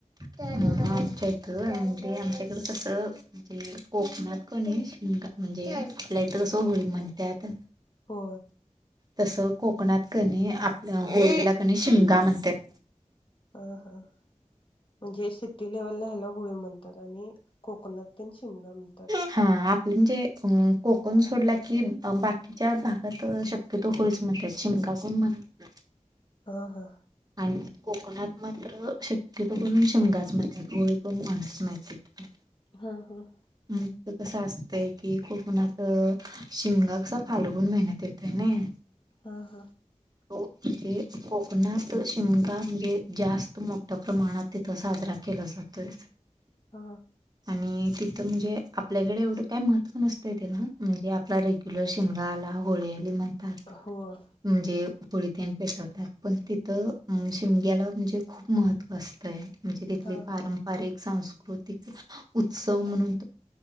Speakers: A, on the right; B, on the left.
A: ह आमच्या इथं म्हणजे आमच्याकड कसं म्हजे कोकणात कनी शिमगा म्हणजे आपल्या इथं कसं होळी म्हणत्यात
B: हो
A: तसं कोकणात कणी आप- होळीला कणी शिमगा म्हणत्यात
B: ह ह म्हणजे शीत ती लेव्हलला हेला होळी म्हणतात आणि कोकणत त्येची टीमगा म्हणतात
A: हा आपले म्हणजे अ कोकण सोडला की, बाकीच्या भागात शक्यतो होळीच म्हणत्यात शिमगा कोण म्हणत नाय.
B: हां हां
A: आणि कोकणात मात्र शक्यतो करून शिमगाच म्हणत्यात होळि कोण म्हणत नाही तितकं
B: ह ह
A: हं त कसं असतंय की, खूप ऊनात शिमगा कसा फालगून महिन्यात येतय नई
B: अ ह
A: तो म्हणजे कोकणात शिमगा म्हणजे जास्त मोठ्या प्रमाणात तिथं साजरा केला जातोय.
B: अ
A: मी ते तर म्हणजे आपल्याकडे एवढं काय महत्त्व नसतं तेला म्हणजे आपला रेग्युलर शिमगा आला, होळी आली मग
B: होय
A: म्हणजे पोळीतेन वेस्ट होतात. पण तिथं अ शिमग्याला म्हणजे खूप महत्त्व असतयं. म्हणजे तिथली
B: हां
A: पारंपारिक
B: हां
A: संस्कृ कृतीक उत्सव
B: ते
A: म्हणून